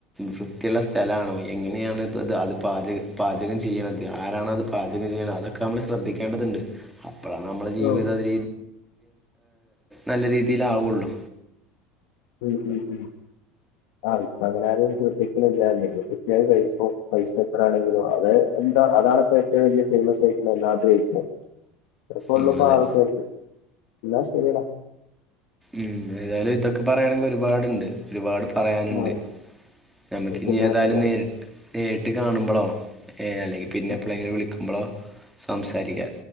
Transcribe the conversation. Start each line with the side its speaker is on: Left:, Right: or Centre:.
Centre: വൃത്തിയുള്ള സ്ഥലാണോ എങ്ങനെയാാണ് അത് പാചകം പാചകം ചെയ്യണത് ആരാണോ അത് പാചകം ചെയ്യൽ അതൊക്കെ നമ്മള് ശ്രദ്ധിക്കേണ്ടതുണ്ട് അപ്പോഴാണ് നമ്മളുടെ ജീവിതം
Left: ഓ
Centre: അത് നല്ല രീതിയിലാവയുള്ളൂ
Left: ഉം ഉം ഉ ആഹ് ഇപ്പൊ അങ്ങനെ ആരും ശ്രദ്ധിക്കണില്ല എന്തെങ്കിലും കിട്ടിയാൽ അത് കഴിക്കും പൈസ എത്ര ആണെങ്കിലും ആണെങ്കിലും അത് എന്താ അതാണ്പ്പ ഏറ്റവും വലിയ ഫേമസ് ആയിട്ടുള്ള എന്ന ആഗ്രഹിക്കും അതൃകൊള്ളു
Centre: ഉം, അതെ
Left: ആൾക്കാർക്ക് എന്നാ ശരിയടാ
Centre: ഉം ഏതായാലും ഇതൊക്കെ പറയാണെങ്കിൽ ഒരുപാടുണ്ട് ഒരുപാട് പറയാനുണ്ട്
Left: ആ
Centre: നമുക്ക ഇനി
Left: പിന്നെ
Centre: ഏതായാലും
Left: വിളിക്കാം
Centre: നേരിട്ട് നേരിട്ട് കാണുമ്പോഴോ ഏ അല്ലെങ്കിൽ പിന്നെ
Left: എന്നാല്
Centre: എ പോയെങ്കിൽ വിളിക്കുമ്പോളോ സാംസാരിക്കാ